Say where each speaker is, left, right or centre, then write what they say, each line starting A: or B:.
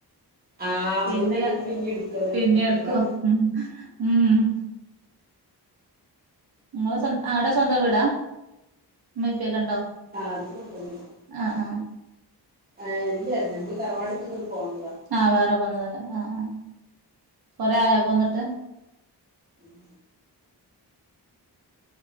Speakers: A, on the right; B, on the right.
A: ആഹ് നമ്മള്
B: പിന്നെ
A: കെയ്കി
B: ക
A: പിന്നേം എടുക്കും അതന്നെ
B: പിന്നിം
A: കെയ്കാൻ
B: എട്ക്കും ഉം ഉം ങ്ങെള് സ്വ ആടെ സ്വന്തം വീടാ ഉമ്മിം പ്പെക്കെണ്ടോ
A: ആഹ് ഇത് സ്വന്തം വീടാ
B: ആഹ് ആഹ്
A: ആഹ് ഇല്ല്യാ ഞങ്ങള് തറവാട്ട്ന്ന്ങ്ങെട്ട് പോന്നതാ
B: ആഹ് വേറെ പോന്നതല്ലേ ആഹ് ആഹ് കൊറേ ആയോ പോന്ന്ട്ട്
A: ഉം